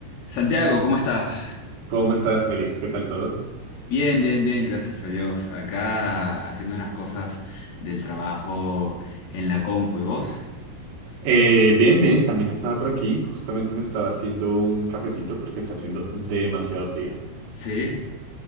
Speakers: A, on the left (about 75°); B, on the right (about 85°).
A: Santiago, ¿cómo estás?
B: ¿Cómo estás, Félix? ¿Qué tal todo?
A: Bien, bien, bien, gracias a Dios. Acá haciendo unas cosas del trabajo en la compu, ¿y vos?
B: Eh, bien, bien, también estaba por aquí. Justamente me estaba haciendo un cafecito porque está haciendo demasiado frío.
A: Sí.